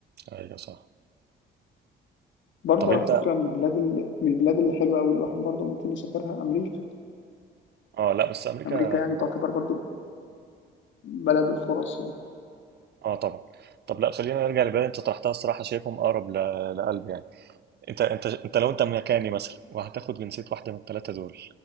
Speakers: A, on the right; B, on the left.
A: أيوه صح
B: برضه
A: طب أنت
B: على فكرة من البلاد ال من البلاد اللي حلوة أوي الواحد برضه ممكن يسافرها أمريكا،
A: آه لا بس أمريكا
B: أمريكا يعني تعتبر برضه بلد الفُرَص يعني.
A: اه طبعا طب لا خلينا نرجع لبلد انت طرحتها الصراحه شايفهم اقرب ل- لقلبي يعني انت انت انت لو انت مكاني مثلا وهتاخد جنسيه واحده من الثلاثه دول